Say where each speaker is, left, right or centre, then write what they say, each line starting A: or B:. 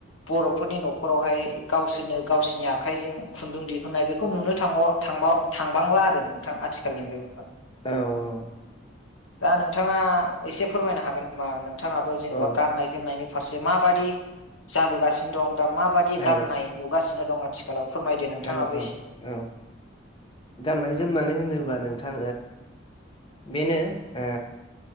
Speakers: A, on the left (about 85°); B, on the left (about 25°).
A: बर'फोरनि न'खरावहाय गावसोरनो गावसिनि आख खाइजों खुन्दुं दिहुननाय बेखौ नुनो थांबावा थांबव थांबांला आरो नोंथां आथिखालनि बेवहाय।
B: औ औ।
A: दा नोंथाङा एसे फोरमायनो हागोन नामा नोंथाङाबो जेनेबा
B: औ
A: गाननाय जोमनायनि। फारसे माबाददि जाबोगासिनो दं दा माबादि
B: औ
A: गाननाय नुगासिनो दं आथिखालाव। फोरमायदो नोंथाङाबो
B: औ औ
A: एसे।
B: औ गाननाय जोमनानै होनोबा नोंथां बेनो ओ।